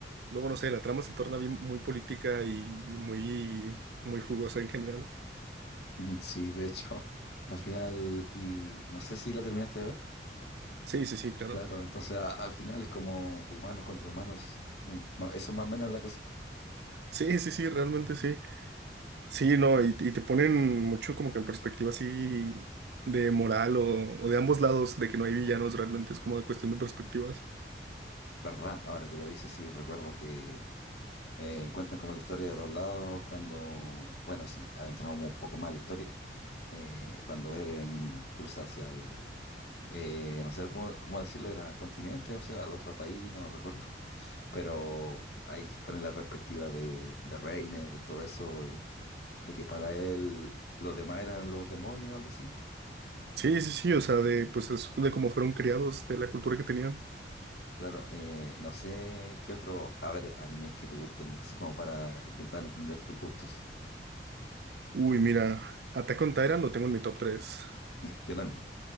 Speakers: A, on the right; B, on the left.
A: luego no sé, la trama se torna bien, muy política y y muy, muy jugosa en general.
B: <laughs> Sí, de hecho, <laughs> al final, y no sé si la terminaste de ver.
A: Sí, sí, sí, claro.
B: Claro, entonces a- al final es como humanos contra humanos. Mm, ma- Eso más o menos es la cosa.
A: Sí, sí, sí, realmente sí. Sí, no, y, y te ponen mucho como que en perspectiva así de moral o, o de ambos lados, de que no hay villanos realmente, es como una cuestión de perspectivas.
B: ¿Verdad? Ahora que lo dices, sí, recuerdo que eh, cuentan como la historia de dos lados cuando, bueno, sí, adentramos un poco más en la historia, eh, cuando Eren cruza hacia el, eh, no sé cómo cómo decirlo, era continente, o sea, al otro país, no recuerdo, <laughs> pero ahí pone la perspectiva de, de Reiner, todo eso, de, de que para él los demás eran los demonios o algo así.
A: Sí, sí, sí, o sea, de, pues es de cómo fueron criados, de la cultura que tenían.
B: Claro, eh, no sé qué otro, a ver, animes que te gusten, así como para intentar entender tus gustos.
A: Uy, mira, Attack on Titan lo tengo en mi top tres
B: <laughs> Yo también.